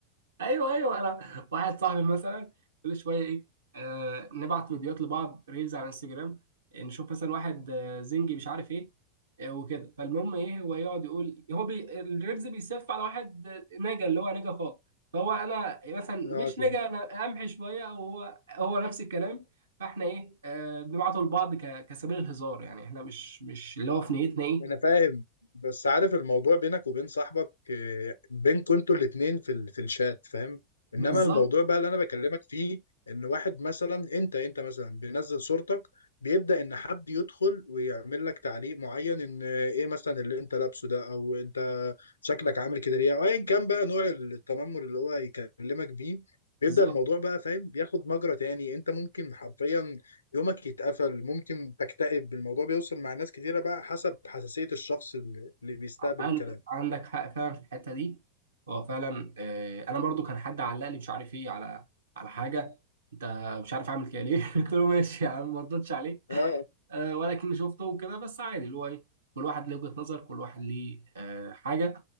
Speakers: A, on the right (about 65°); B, on the left (about 75°).
A: ايوه ايوه انا واحد صاحبي مثلا كل شويه ايه آه نبعت فيديوهات لبعض ريلز على انستجرام آه، نشوف مثلا واحد آه زنجي مش عارف ايه آه وكده فالمهم ايه هو يقعد يقول هو بي الريلز بيسف على واحد آه، نجا اللي هو نجا خالص فهو انا مثلا
B: اه
A: مش
B: تمام
A: نجا انا امحي شويه وهو هو نفس الكلام فاحنا ايه آه بنبعته لبعض ك- كسبيل الهزار يعني احنا مش مش اللي هو في نيتنا ايه
B: انا فاهم بس عارف الموضوع بينك وبين صاحبك آه، بينكوا انتوا الاتنين في ال... في الشات فاهم انما
A: بالظبط
B: الموضوع بقى اللي انا بكلمك فيه ان واحد مثلا انت انت مثلا بينزل صورتك بيبدأ ان حد يدخل ويعمل لك تعليق معين ان آه، ايه مثلا اللي انت لابسه ده او انت شكلك عامل كده ليه او ايا كان بقى نوع التنمر اللي هو يكلمك بيه بيبدأ
A: بالظبط
B: الموضوع بقى فاهم بياخد مجرى تاني انت ممكن حرفيا يومك يتقفل ممكن تكتئب الموضوع بيوصل مع ناس كتيرة بقى حسب حساسية الشخص اللي اللي بيستقبل
A: عند
B: الكلام
A: عندك حق فعلا في الحته دي هو فعلا آه، انا برضو كان حد علق لي مش عارف ايه على على حاجه انت مش عارف اعمل كده ليه <laughs> قلت له ماشي يا عم ما ردتش عليه
B: اه
A: آه، ولكن شفته وكده بس عادي اللي هو ايه كل واحد ليه وجهه نظر كل واحد ليه آه، حاجه